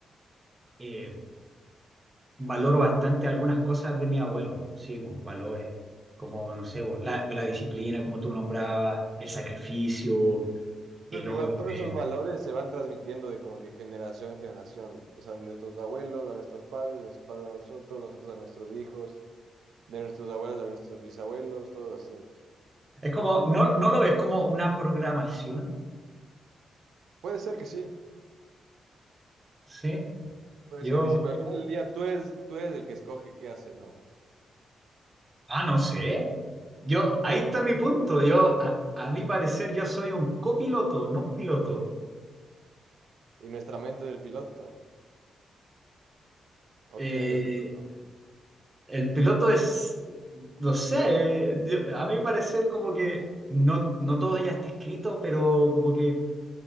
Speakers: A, on the right; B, on the right.
A: eh, valoro bastante algunas cosas de mi abuelo. Sí, pues, valores, como, no sé, pues, la, la disciplina, como tú nombrabas, el sacrificio,
B: Yo creo
A: el
B: que
A: orden.
B: igual todos esos valores se van transmitiendo de como que generación en generación. O sea, de nuestros abuelos a nuestros padres, de nuestros padres a nosotros, nosotros a nuestros hijos, de nuestros abuelos a nuestros bisabuelos, todos así.
A: Es como, no, no lo ves como una programación,
B: Puede ser que sí,
A: ¿sí?
B: puede
A: Yo,
B: ser que sí, pero al final del día tú eres, tú eres el que escoge qué hace, ¿no?
A: ah, no sé. Yo, ahí
B: No.
A: está mi punto.
B: pues,
A: Yo, a, a mi parecer, yo soy un copiloto, no un piloto.
B: Y nuestra mente es el piloto. ¿O
A: Eh,
B: quién es el piloto?
A: el piloto es, no sé, eh, yo- a mi parecer como que no, no todo ya está escrito, pero como que